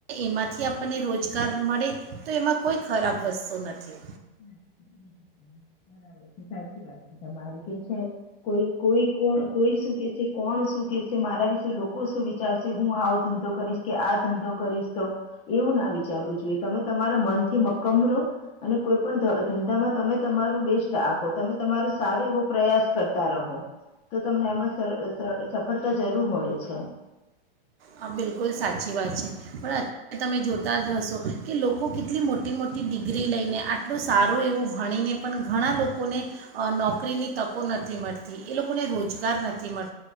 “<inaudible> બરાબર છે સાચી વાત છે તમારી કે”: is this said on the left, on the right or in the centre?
Left